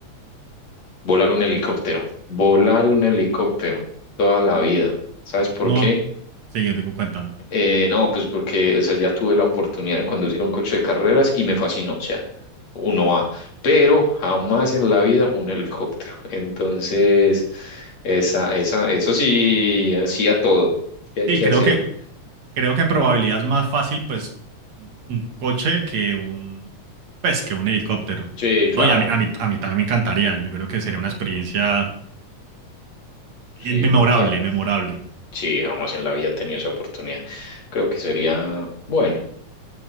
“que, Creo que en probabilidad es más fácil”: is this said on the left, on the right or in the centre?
Right